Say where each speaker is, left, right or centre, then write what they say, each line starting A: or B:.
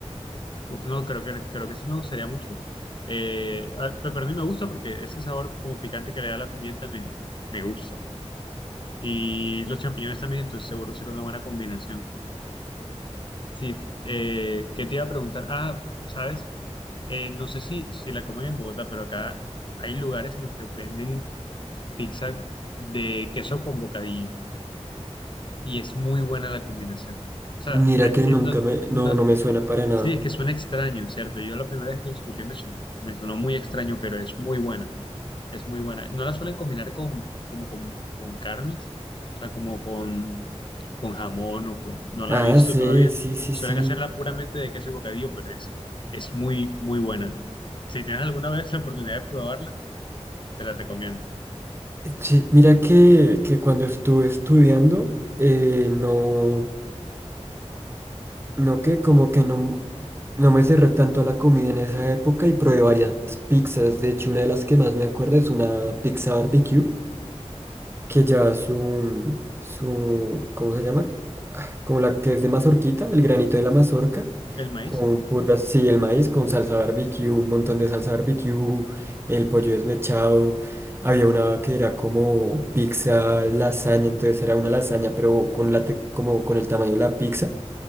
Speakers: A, on the left; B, on the right.
A: uf, no, creo que, creo que sí me gustaría mucho. Eh, al pepperoni me gusta porque ese sabor como picante que le da la pimienta me, me gusta. Y los champiñones también, entonces seguro será una buena combinación. Sí, eh, ¿qué te iba a preguntar? Ah, sabes, Eh, no sé si, si la comen en Bogotá, pero acá hay lugares en los que venden pizza de queso con bocadillo y es muy buena la combinación. O sea,
B: Mira
A: a-
B: que
A: eh,
B: nunca
A: no,
B: me,
A: no-
B: no, no me suena para nada.
A: sí, es que suena extraño, ¿cierto? Yo la primera vez que lo escuché me, son- me sonó muy extraño, pero es muy buena. Es muy buena. No la suelen combinar con, como con, con carnes, o sea, como con, con jamón o con... No la
B: Ah,
A: he visto
B: sí,
A: todavía.
B: sí, sí,
A: Suelen
B: sí.
A: hacerla puramente de queso y bocadillo, pero es, es muy, muy buena. Si tienes alguna vez la oportunidad de probarla, te la recomiendo.
B: Eh, sí, mira que, que cuando estuve estudiando, eh, no, no que como que no, no me cerré tanto a la comida en esa época y probé varias pizzas. De hecho, una de las que más me acuerdo es una pizza barbecue que lleva su, su, ¿cómo se llama? Ah, Como la que es de mazorquita, el granito de la mazorca,
A: El maíz,
B: con pura, sí, el maíz, con salsa barbecue, un montón de salsa barbecue, el pollo desmechado. Había una que era como pizza lasaña, entonces era una lasaña, pero con la te- como con el tamaño de la pizza.